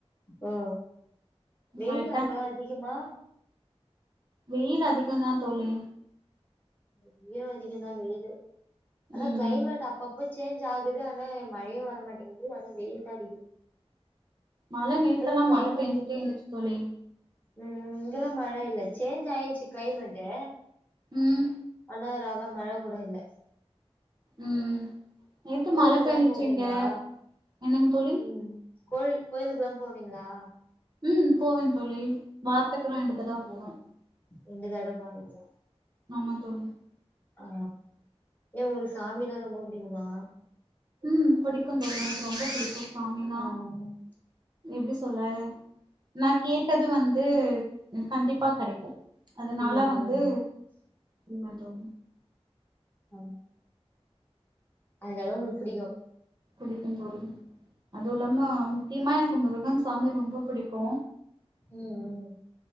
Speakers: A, on the left; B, on the right.
A: ஓஓ வெயில்
B: நா எட்டாந்
A: அங்களா
B: தேதி
A: அதிகமா
B: வெயில் அதிகந்தா தோழி
A: இங்கயு அதிகந்தா வெயிலு அனா
B: ம்
A: க்ளைமேட் அப் அப்பப்ப சேஞ்ச் ஆகுது ஆனா மழையு வரமாட்டேங்குது ஆனா வெயில் தா அடிக்குது
B: மழ நேத்தெல்லா
A: இப்பல்லா கிளைமேட்
B: மழ பேஞ்சுட்டே இருந்துச்சி தோழி
A: ம் இங்கெல்லாம் மழ இல்ல சேஞ்ச் ஆயிர்ச்சி க்ளைமேட்டு்
B: ம்
A: ஆனா ரவ மழ கூட இல்ல
B: ம் நேத்து
A: கோவிலுக்குல்லா
B: மழ பெஞ்சுச்சு
A: போவீங்ளா
B: இங்க என்னங்க தோழி
A: ம் கோழி கோயில்க்குல்லாம் போவிங்ளா
B: ம் போவேன் தோழி வாரத்க்கு ரெண்டு தடவ போவே
A: ரெண்டு தடவ போவிங்ளா
B: ஆமா தோழி
A: ஆ ஏ உங்களுக்கு சாமினா ரொம்ப புடிக்குமா
B: ம் பிடிக்குந் தோழி எனக்கு ரொம்ப புடிக்கூ சாமினா
A: ம்
B: எப்டி சொல் சொல்ல நா கேட்டது வந்து கண்டிப்பா கெடைக்கூ அதனால
A: ம்
B: வந்து இது கொஞ்சோ
A: அ அதனால உங்குளுக்கு புடிக்கூ
B: புடிக்குந் தோழி அதுவு இல்லாம முக்கியமா எனக்கு முருகன் சாமி ரொம்ப புடிக்கூ
A: ம் ம்